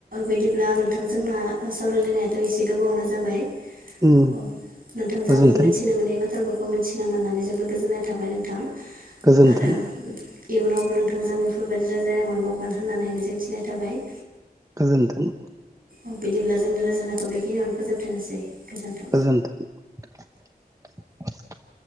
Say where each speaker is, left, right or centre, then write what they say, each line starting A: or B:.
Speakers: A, on the right; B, on the right.
A: बिदिब्ला नोंथां जोंना सावरायलायनायाथ' एसे गोबावनो जाबाय
B: उम
A: अ नोंथांजों
B: गोजोन्थों
A: मोनथिनो मोनै बाथोरफोरखौ मिथिनो मोननानै जोबोद गोजोननाय थाबाय नोंथां।
B: गोजोन्थों
A: आरो इयुनावबो नोंथांजों बेफोरबायदि राय्लनाय मोनबावगोन होननानै मिजिंथिनाय थाबाय।
B: गोजोनथों।
A: औ बिदिब्ला जोंनि रायज्लायनायखौ बेखिनियावनो फोजोबथनोसै। गोजोन्थों
B: गोजोनथों।